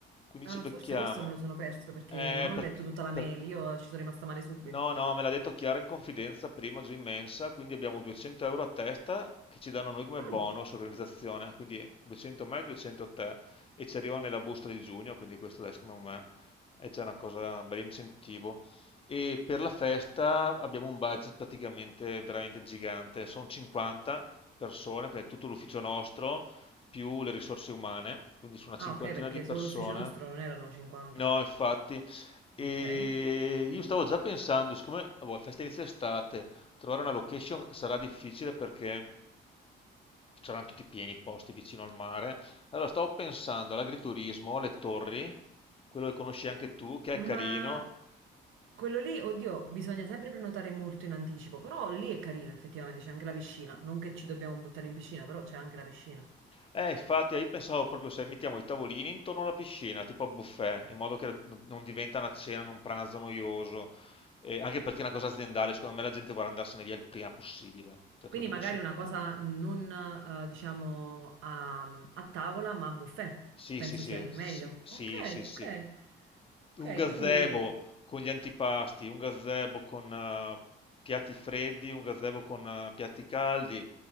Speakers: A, on the left (about 30°); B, on the right (about 80°).
A: Quindi
B: Ah,
A: ci becchiamo.
B: forse questo me lo sono perso perché
A: Eh,
B: non ho
A: perché,
B: letto tutta la
A: per-
B: mail, io ci sono rimasta male subito.
A: No, no, me l'ha detto Chiara in confidenza prima giù in mensa, quindi abbiamo 200 euro a testa che ci danno a noi come
B: Mm.
A: bonus organizzazione, quindi 200 a me, 200 a te e ci arriva nella busta di giugno, quindi questo adesso secondo me è già una cosa, un bel incentivo. E per la festa abbiamo un budget praticamente veramente gigante, sono 50 persone, perché è tutto l'ufficio nostro, più le risorse umane, quindi su una cinquantina
B: Ah, ok, perché
A: di persone.
B: solo l'ufficio nostro non erano 50.
A: No, infatti, e
B: Ok.
A: io stavo già pensando, siccome boh, festa inizia estate, trovare una location sarà difficile perché saranno tutti pieni i posti vicino al mare. Allora stavo pensando all'agriturismo, alle torri, quello che conosci anche tu, che
B: Ma
A: è carino.
B: quello lì, oddio, bisogna sempre prenotare molto in anticipo, però lì è carino, effettivamente, c'è anche la piscina. Non che ci dobbiamo buttare in piscina, però c'è anche la piscina.
A: Eh, infatti, io pensavo proprio se mettiamo i tavolini intorno alla piscina, tipo a buffet, in modo che non diventa una cena, un pranzo noioso. Eh, anche perché è una cosa aziendale, secondo me la gente vorrà andarsene via il prima possibile. Cioè,
B: Quindi
A: te lo dico
B: magari
A: sì.
B: una cosa non, eh, diciamo, a, a tavola, ma a buffet.
A: Sì,
B: Penso
A: sì, sì,
B: sia il meglio.
A: sì, sì,
B: Ok,
A: sì, sì.
B: ok. Ok,
A: Un gazebo
B: quindi...
A: con gli antipasti, un gazebo con eh, piatti freddi, un gazebo con eh, piatti caldi,